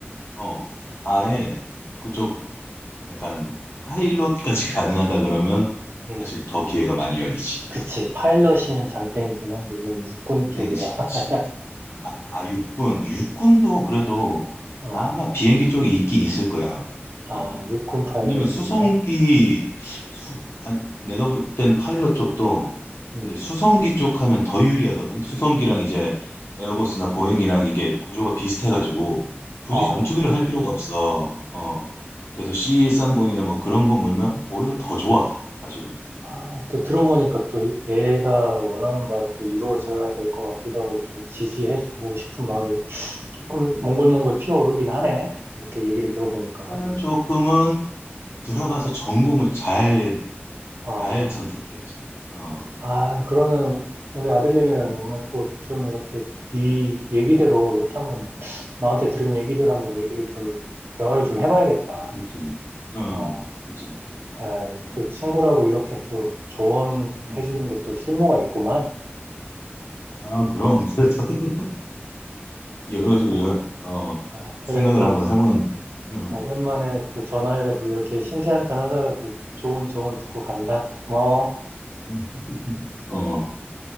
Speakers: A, on the left (about 75°); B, on the right (about 60°).
A: 어, 아예
B: 어,
A: 그쪽 약간 하이롯까지 <laughs> 가능하다 그러면
B: 음,
A: 사실 더 기회가 많이 열리지.
B: 그치. 파일럿이면 장땡이긴 한데, 이놈 육군
A: 상대이지,
B: 쪽이라. <laughs>
A: 그렇지. 아, 아, 육군, 육군도 그래도
B: 어,
A: 아마 비행기 쪽이 있긴 있을 거야.
B: 아,
A: 어,
B: 육군 파일럿도
A: 왜냐면 수송기
B: 있나?
A: 수, 아, 내가 볼 땐 파일럿 쪽도
B: 음,
A: 이제 수성기 쪽 하면 더 유리하거든. 수성기랑 이제 에어버스나 보잉이랑 이게 구조가 비슷해가지고 굳이
B: 어.
A: 전투기를 할 필요가 없어. 어. 그래서 C130이나 뭐 그런 거 몰면 오히려 더 좋아. 사실은.
B: 아, 또 들어보니까 또 얘가 원하는 바를 또 이루어져야 될 것 같기도 하고 좀 지지해주고 싶은 마음이 조금 몽골몽골 피어오르긴 하네. 이렇게 얘기를 들어보니까.
A: 나는 조금은 들어가서 전공을 잘,
B: 아,
A: 잘 선택해야지. 어.
B: 아, 그러면 우리 아들내미랑
A: 음.
B: 오늘 또 좀 이렇게 네 얘기대로 이렇게 한번 나한테 들은 얘기대로 한번 얘기를 좀 대화를 좀 해봐야겠다.
A: 그치. 음.
B: 어,
A: 그치.
B: 야,
A: 음.
B: 또 친구라고 이렇게 또 조언해주는
A: 음.
B: 게 또 쓸모가 있구만.
A: 아, 그럼. 그래서 <laughs> 여러 가지로
B: 아,
A: 열, 어,
B: 아, 그래
A: 생각을
B: 또.
A: 한번 해보는 거지. 응.
B: 어, 오랜만에 또 전화해가지고 이렇게 신세한탄 하다가 또 좋은 조언 듣고 간다. 고마워.
A: 응. 어,